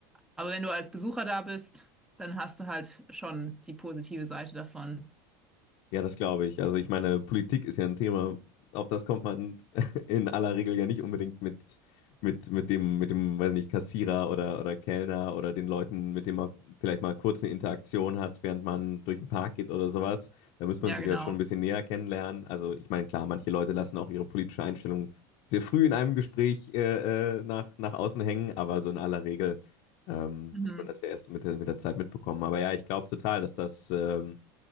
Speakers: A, in the centre; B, on the left (about 50°).
A: Aber wenn du als Besucher da bist, dann hast du halt schon die positive Seite davon.
B: Ja, das glaube ich. Also ich meine, Politik ist ja ein Thema, auf das kommt man <laughs> in aller Regel ja nicht unbedingt mit, mit, mit dem, mit dem, weiß nicht, Kassierer oder, oder Kellner oder den Leuten, mit denen man vielleicht mal kurz eine Interaktion hat, während man durch den Park geht oder sowas. Da muss
A: Ja,
B: man sich
A: genau.
B: ja schon ein bisschen näher kennenlernen. Also ich meine, klar, manche Leute lassen auch ihre politische Einstellung sehr früh in einem Gespräch äh, äh, nach, nach außen hängen, aber so in aller Regel ähm,
A: Mhm.
B: wird man das ja erst so mit der, mit der Zeit mitbekommen. Aber ja, ich glaube total, dass das... Ähm,